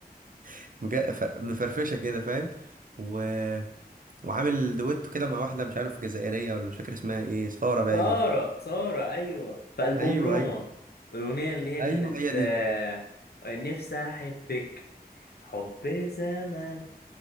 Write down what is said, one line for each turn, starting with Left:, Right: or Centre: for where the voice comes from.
Right: <laughs> مجا- ف- مفرفشه كده فاهم و... وعامل دويتو كده مع واحده مش عارف جزائريه ولا مش فاكر اسمها ايه صخاره باين
Left: سارة سارة أيوة في ألبوم
Right: ايوه
Left: روما
Right: ايوه
Left: الأغنية اللي هي
Right: ايوه
Left: كانت
Right: هي دي
Left: آه، نفسي أحبك حب زمان